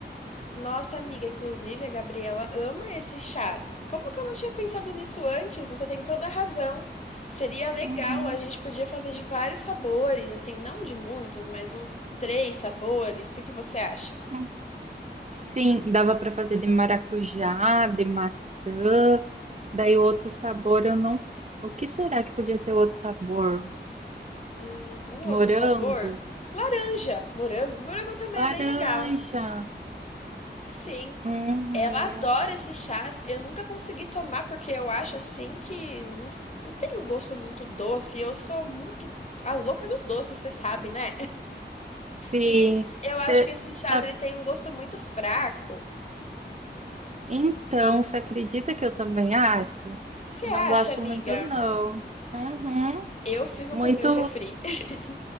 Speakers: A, on the left; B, on the right.
A: Nossa amiga, inclusive a Gabriela ama esses chás. Como que eu não tinha pensado nisso antes? Você tem toda a razão. Seria legal,
B: Uhum,
A: a gente podia fazer de vários sabores, assim, não de muitos, mas uns três sabores. O que que você acha?
B: uhum. Sim, dava para fazer de maracujá, de maçã, daí outro sabor eu não. O que será que podia ser outro sabor?
A: Hum, o outro
B: Morango,
A: sabor? Laranja, morango. Morango também é bem
B: laranja.
A: legal. Sim,
B: Uhum,
A: ela adora esses chás. Eu nunca consegui tomar porque eu acho assim que não, não tem um gosto muito doce. Eu sou muito a louca dos doces, você sabe, né?
B: sim.
A: E eu acho
B: Cê
A: que esses chás,
B: tá-
A: eles têm um gosto muito fraco.
B: Então, você acredita que eu também acho?
A: Você
B: Não
A: acha,
B: gosto
A: amiga?
B: muito, não. Uhum,
A: Eu fico
B: muito
A: com o meu refri. <laughs>